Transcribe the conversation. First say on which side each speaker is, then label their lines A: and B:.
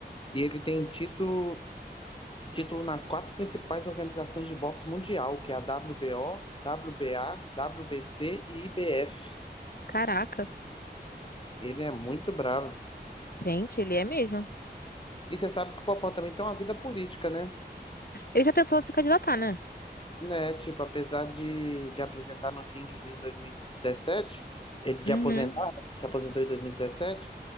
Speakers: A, on the left; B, on the left.
A: E ele tem título, título nas quatro principais organizações de boxe mundial, que é a WBO, WBA, WBC e IBF.
B: Caraca.
A: Ele é muito bravo.
B: Gente, ele é mesmo.
A: E você sabe que o Popó também tem uma vida política, né?
B: Ele já tentou se candidatar, né?
A: Né, tipo, apesar de, de apresentar nos rings em 2017, ele de
B: Uhum.
A: aposentar, né? Se aposentou em 2017,